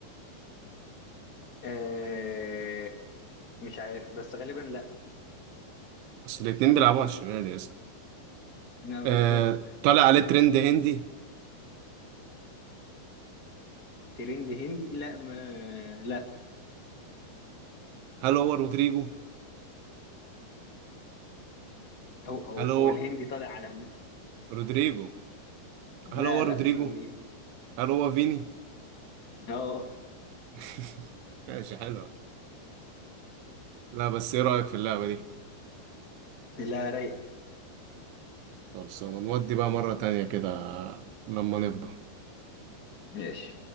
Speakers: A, on the left; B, on the right.
A: آه مش عارف بس غالبا لا
B: اصل الاتنين بيلعبوا على الشمال يا اسطى
A: لا
B: آه
A: بالظبط
B: طالع عليه ترند هندي
A: ترند هندي لا ما لا
B: هل هو رودريجو
A: هو هو
B: هل هو
A: هو الهندي طالع عالمي
B: رودريجو هل
A: لا
B: هو رودريجو
A: لا مش رودريجو
B: هل هو فيني
A: اه
B: <laughs> ماشي حلوة لا بس ايه رأيك في اللعبة دي
A: لا رايقه
B: خلصانة نودي بقى مرة تانية كده لما نفضى
A: ماشي